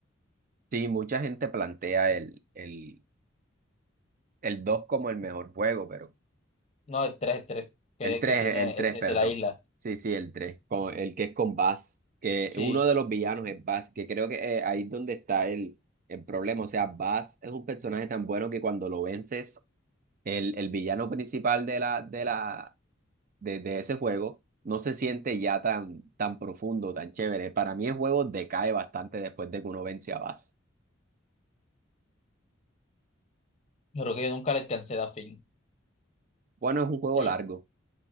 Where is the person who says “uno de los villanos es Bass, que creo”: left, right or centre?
Right